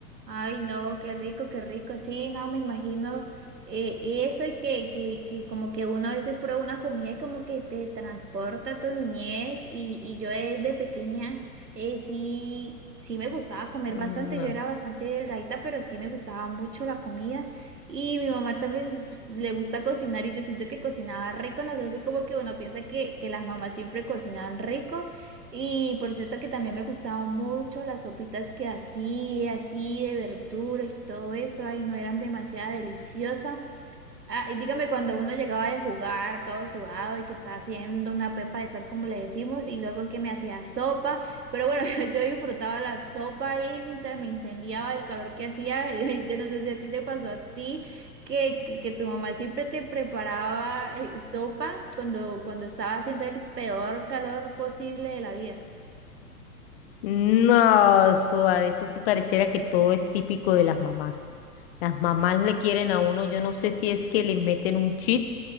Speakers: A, on the right; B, on the left.
A: Ay, no, qué rico, qué rico. Sí, no, me imagino eh, eso y que, que, que como que uno a veces prueba una comida y como que te transporta a tu niñez y, y yo desde pequeña eh, sí, sí me gustaba comer
B: No.
A: bastante. Yo era bastante delgadita, pero sí me gustaba mucho la comida. Y mi mamá también pues, le gusta cocinar y yo siento que cocinaba rico. No sé, así como que uno piensa que, que las mamás siempre cocinan rico. Y por cierto que también me gustaban mucho las sopitas que hacía, así de verduras y todo eso, ay, no eran demasiado deliciosas. Ah, y dígame, cuando uno llegaba de jugar todo sudado y que estaba haciendo una pepa de sol, como le decimos, y luego que me hacía sopa, pero bueno, <laughs> yo, yo disfrutaba la sopa y mientras me incendiaba el calor que hacía, <laughs> yo no sé si a ti te pasó a ti. Que, que, que tu mamá siempre te preparaba eh, sopa cuando, cuando estaba haciendo el peor calor posible de la vida.
B: No, suave, eso sí pareciera que todo es típico de las mamás. Las mamás le quieren a uno, yo no sé si es que les meten un chip